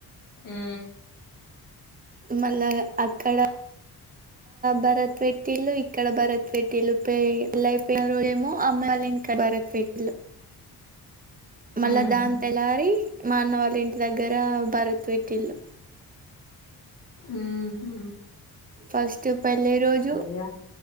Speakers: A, on the left; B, on the right.
A: హు
B: మళ్ళా అక్కడ భరత్ పెట్టిల్లు ఇక్కడ భరత్ పెట్టిల్లు పె పెళ్లి అయిపోయిన రోజేమో అమ్మాయి వాళ్ళ ఇంకా భరత్ పెట్టిల్లు మళ్ళా
A: మ్మ్
B: దాని తెల్లారి మా అన్నవాళ్ళ ఇ దగ్గర భరత్ పెట్టిలు
A: ఉహు
B: ఫస్ట్ పెళ్ళి రోజు
A: ఇగ